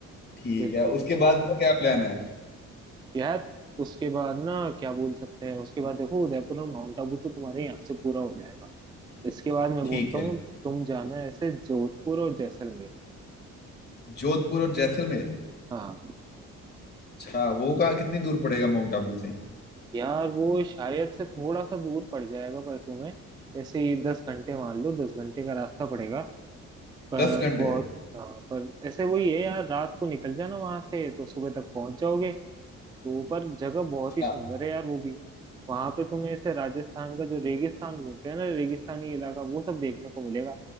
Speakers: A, on the left; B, on the right.
A: ठीक
B: बिल्कुल
A: है उसके बाद का क्या प्लान है
B: यार उसके बाद ना क्या बोल सकते हैं उसके बाद देखो उदयपुर और माउंट आबू तो तुम्हारे यहाँ से पूरा हो जाएगा इसके बाद मैं
A: ठीक
B: बोलता
A: है
B: हूँ तुम जाना ऐसे जोधपुर और जैसलमेर
A: जोधपुर और जैसलमेर
B: हाँ
A: अच्छा वो कहाँ कितनी दूर पड़ेगा माउंट आबू से
B: यार वो शायद से थोड़ा सा दूर पड़ जाएगा पर तुम्हें ऐसे ही दस घंटे मान लो दस घंटे का रास्ता पड़ेगा पर
A: दस घंटे
B: बहुत हाँ, पर ऐसे वही है यार रात को निकल जाना वहां से तो सुबह तक पहुंच जाओगे तो पर जगह बहुत ही
A: हाँ
B: सुंदर है यार वो भी वहां पे तुम्हें ऐसे राजस्थान का जो रेगिस्तान बोलते हैं ना रेगिस्तानी इलाका वो सब देखने को मिलेगा